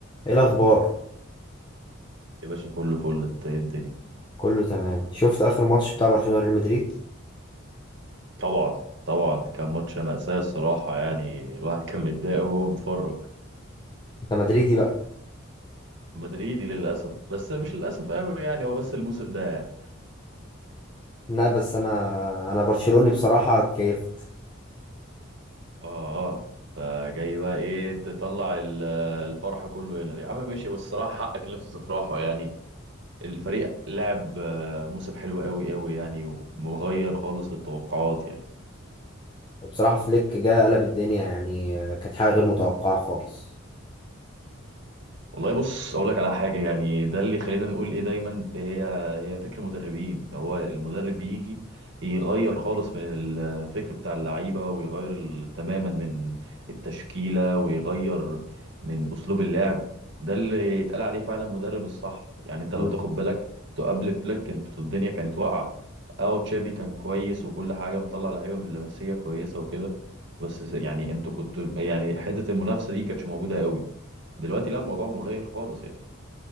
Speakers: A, on the left; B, on the right.
A: ايه الاخبار
B: يا باشا كله فل انت ايه الدنيا
A: كله تمام شفت اخر ماتش بتاع برشلونة ريال مدريد
B: طبعا طبعا كان ماتش مأساة الصراحة يعني الواحد كان متضايق قوي وهو بيتفرج
A: انت مدريدي بقى
B: مدريدي للأسف بس مش للأسف قوي يعني هو بس الموسم ده يعني
A: لا بس انا انا برشلوني بصراحة اتكيفت
B: اه اه انت جاي بقى ايه تطلع ال- الفرح كله هنا يا عم ماشي بس الصراحة حقك ان انت تفرحوا يعني الفريق لعب آه، موسم حلو قوي قوي يعني ومغير خالص للتوقعات يعني
A: وبصراحة فليك جه قلب الدنيا يعني آه، كانت حاجة غير متوقعة خالص
B: والله بص اقول لك على حاجه يعني ده اللي خلينا نقول ايه دايما إيه هي هي فكر مدربين هو المدرب بيجي يغير خالص من الفكر بتاع اللعيبه ويغير ال- تماما من التشكيله ويغير من اسلوب اللعب ده اللي يتقال عليه فعلا مدرب الصح يعني انت لو
A: مم.
B: تاخد بالك تو قبل فليك انتوا الدنيا كانت واقعه اه تشافي كان كويس وكل حاجه مطلع لعيبه من اللمسيه كويسه وكده بس يعني انتوا كنتوا يعني حته المنافسه دي كانتش موجوده قوي دلوقتي لا الموضوع مغاير خالص يعني